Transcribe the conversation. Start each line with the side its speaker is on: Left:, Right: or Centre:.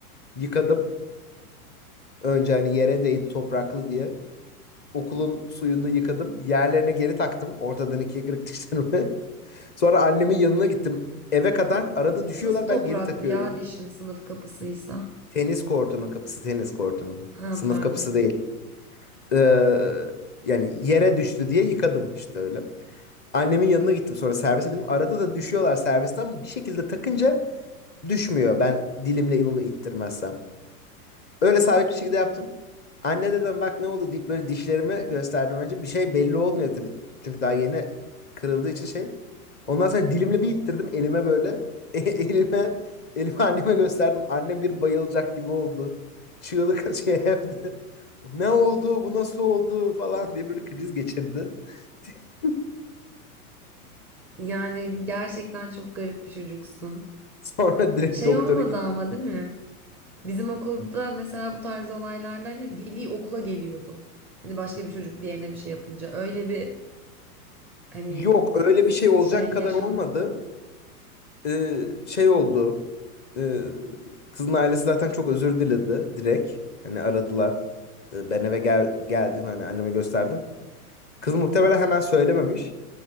Left: Yıkadım. Önce hani yere değdi topraklı diye. okulun suyunda yıkadım. Yerlerine geri taktım. Ortadan ikiye kırık dişlerimi. <laughs> Sonra annemin yanına gittim. Eve kadar arada düşüyorlar
Centre: Nasıl topraklı
Left: ben geri takıyorum.
Centre: ya dişin sınıf kapısıysa?
Left: Tenis kortunun kapısı tenis kortunun.
Centre: Ha
Left: Sınıf
Centre: pardon.
Left: kapısı değil. Ee, yani yere düştü diye yıkadım işte öyle. Annemin yanına gittim sonra servise bindim. Arada da düşüyorlar servisten bir şekilde takınca düşmüyor. Ben dilimle bunu ittirmezsem. Öyle sabit bir şekilde yaptım. Anne dedim bak ne oldu deyip böyle dişlerimi gösterdim önce. Bir şey belli olmuyor tabii. Çünkü daha yeni kırıldığı için şey. Ondan sonra dilimle bir ittirdim elime böyle. <laughs> E- elime elime anneme gösterdim. Annem bir bayılacak gibi oldu. Çığlık atıyor <laughs> evde. Ne oldu? Bu nasıl oldu falan diye böyle kriz geçirdi. <laughs>
Centre: Yani gerçekten çok garip bir çocuksun.
Left: Sonra direkt
Centre: Şey
Left: doktora
Centre: olmadı
Left: gittim.
Centre: ama değil mi? Bizim okulda mesela bu tarz olaylarda hani veli okula geliyordu. Hani başka bir çocuk diğerine bir şey yapınca. Öyle bir hani
Left: Yok öyle bir şey olacak
Centre: şey
Left: kadar
Centre: yaşandı
Left: olmadı.
Centre: mı?
Left: Ee, şey oldu. e, kızın ailesi zaten çok özür diledi direkt. Hani aradılar. E, ben eve gel geldim hani anneme gösterdim. Kız muhtemelen hemen söylememiş.